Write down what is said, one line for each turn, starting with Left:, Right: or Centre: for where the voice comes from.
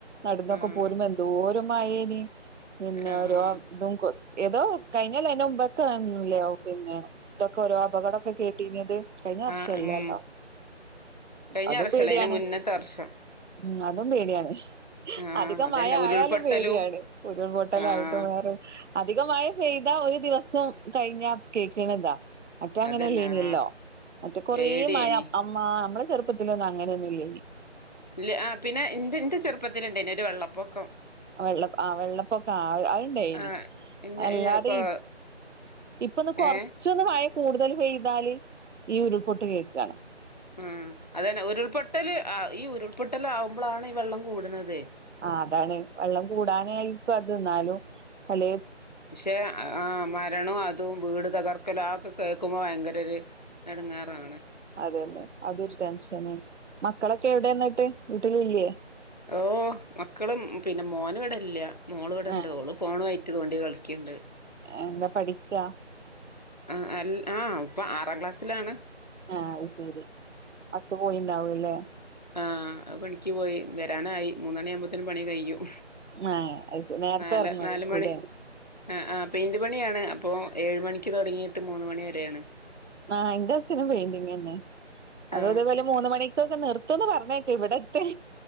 Right: നടൊക്കെ
Left: ആഹ്
Right: പോരുപം. ന്തോ എന്തു മഴ ഇന്ന്
Left: ആഹ്
Right: <unintelligible> ഏതോ കഴിഞ്ഞാലല അതിന്റെ മുമ്പൊക്കെല്ലോ പിന്നെ ഇതൊക്കെ ഓരോ അപകടമൊക്കെ കേട്ടിഞ്ഞത്. കഴിഞ്ഞ വർഷല്ലല്ലോ
Left: ആഹ് ഉം കഴിഞ്ഞ
Right: അതും
Left: വർഷല്ല
Right: പേടിയാണ്.
Left: അയിന്റെ മുന്നത്തെ വർഷം
Right: ഉ അതും പേടിയാണ്
Left: ആഹ്
Right: അധികം
Left: അതന്നെ
Right: മഴ
Left: ഉരുൾപൊട്ടലും
Right: ആയാലും. പടിയാണ് ഉരുൾപൊട്ടലായിട്ടും.
Left: ആഹ്
Right: വേറൊ അതിക <unintelligible> ചെയ്താ ഒരു ദിവസം കഴിഞ്ഞ കേൾക്കണതാ. മറ്റേ അങ്ങനെല്ലേനല്ലോ
Left: അതന്നെ ആഹ്
Right: മറ്റേ കൊറ
Left: പേടിയേനി
Right: മഴ അ് നമ്മള്. ചെറുപ്പത്തില് ഒന്നും അങ്ങനൊന്നും. ഇല്ല ഇനി
Left: ഇല്ല ആ പിന്നെ എ എന്റെ ചെറുപ്പത്തിൽഉണ്ടന്ന്. ഒരു വെള്ളപ്പൊക്കം.
Right: വെള്ള ആ വെള്ളപ്പൊക്കെ ആ അത്ണ്ടായിനി.
Left: ആഹ് ഇന്റെ
Right: അല്ലാതെ
Left: ഇനിയൊക്കെ
Right: ഇപ്പൊ ഒന്ന് കൊറച്ചൊന്ന്
Left: ഏഹ്
Right: മഴ കൂടുതൽ പെയ്താല് ഈ ഉരുൾപൊട്ട് കേൾക്കക.
Left: ഉം അതന്നെ ഉരുൾപൊട്ടൽ ഈ ഉരുൾപൊട്ടൽ ആകുമ്പോളാണ്. ഈ വെള്ളം കൂടുന്നത്.
Right: ആ അതാണ് വെള്ളം കൂടാനായിരിക്കും. അത് എന്നാലും പല
Left: പക്ഷെ ആ മരണവും അതും വീട് തകർക്കല്ല്. ആ ഒക്കെ കേക്കുമ്പോ ഭയങ്കര ഒരു എടുങ്ങാറാണ്.
Right: അതെയല്ലെ അതൊരു ടെൻഷന. മക്കളൊക്കെ എവിടെന്നിട്ട് വീട്ടില് ഇല്ലേ?
Left: ഓ മക്കളും പിന്നെ മോന് ഇവിട ഇല്ല മോള് ഇവിടെ
Right: ആ
Left: ഇണ്ട്. ഒളു ഫോണയി തോണ്ടി കളിക്കുണ്ട്.
Right: എന്താ പഠിക്കാ
Left: ആ അ ആഹ് ഇപ്പൊ ആറാം ക്ലാസ്സിലാണ്.
Right: ആഹ അത് ശെരി അസ് പോയിണ്ടാവൂല്ലേ?
Left: ആഹ് പണിക്ക് പോയി വരാനായി മൂന്നണി ആവുമ്പോത്തേന് പണി കഴിയും.
Right: ആ നേരത്തെ
Left: നാല്
Right: ഇറങ്ങുഅയികുലോ
Left: നാല് മണി ആ ആ് പ ഇന് പണിയാണ്. അപ്പോ ഏഴ് മണിക്ക് തുടങ്ങിയിട്ട് മൂന്ന് മണി വരെയാണ്.
Right: ആഹ എന്റെ അസിന് പെയിന്റിങ് തന്നെ.
Left: ആ
Right: അതതേപോലെ മൂന്ന് മണിക്കൊക്കെ. നിർത്ത നിർത്തുന്ന പറഞ്ഞോട്ട് ഇവിടെത്തെൽ